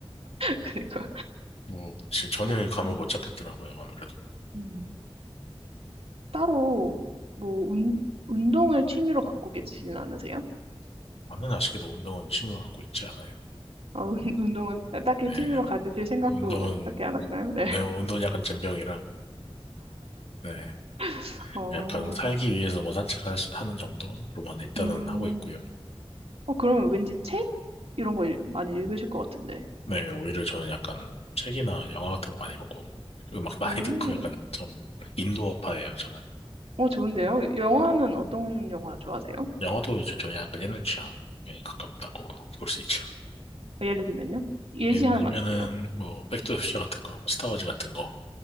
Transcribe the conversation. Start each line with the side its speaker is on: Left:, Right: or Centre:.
Right: 그러니까
Left: 뭐, 진짜 전혀
Right: 뭐,
Left: 감을
Right: 음,
Left: 못 잡겠더라고요, 아무래도.
Right: 음. 따로 뭐 운, 운동을 취미로 갖고 계시진 않으세요?
Left: 저는 아쉽게도 운동은 취미로 갖고 있지 않아요.
Right: 아, 운- <laughs> 운동은 딱히
Left: 네,
Right: 취미로
Left: 약간,
Right: 가지실 생각도
Left: 운동은,
Right: 딱히 안 하시나요? 네.
Left: 네, 운동은 약간 젬병이라, 네,
Right: <laughs> 어,
Left: 약간 살기 위해서 뭐 산책하는 정도로만 일단은
Right: 음,
Left: 하고 있고요.
Right: 어, 그러면 왠지 책 이런 거 일- 많이 읽으실 것 같은데.
Left: 네, 오히려 저는 약간 책이나 영화 같은 거 많이 보고, 음악 많이
Right: 오,
Left: 듣고 약간 좀 인도어파예요, 저는.
Right: 어, 좋은데요? 영화는 어떤 영화 좋아하세요?
Left: 영화도 이제 좀 약간 옛날 취향에 가깝다고 볼 수 있죠.
Right: 어, 예를 들면요. 예시
Left: 예를
Right: 하나만
Left: 들면은
Right: 주세요.
Left: 뭐 백투더
Right: 음.
Left: 퓨처 같은 거, 스타워즈 같은 거